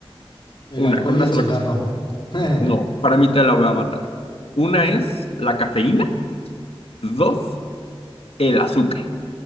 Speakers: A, on the left (about 55°); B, on the left (about 75°).
A: El
B: una,
A: alcohol
B: con una
A: y el
B: sola
A: cigarro.
B: cosa.
A: <laughs>
B: No, para mí te la voy a matar. Una es la cafeína, dos, el azúcar.